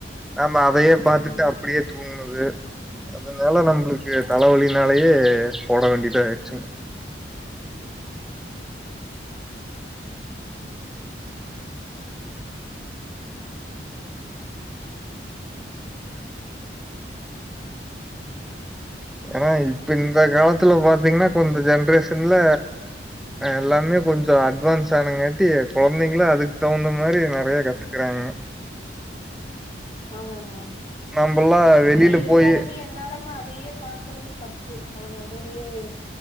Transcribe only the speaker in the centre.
நாம அதையே
பாத்துட்டு
அப்டியே தூங்குனது அதனால நம்பளுக்கு
தலவலின் அதனாலயே போட வேண்டியதாயிடுச்சுங்க ஏங்க இப்ப இந்த காலத் துல பாத்தீங்கன்னா இப்ப இந்த ஜென்ரேஷன்ல எல்லாமே கொஞ்சோ அட்வான்ஸ் ஆனங்காட்டி கொழந்தைங்கள்லா அதுக்கு தகுந்த மாரி நறைய கத்துக்குறாங்க
நம்பல்லா வெளில
போயி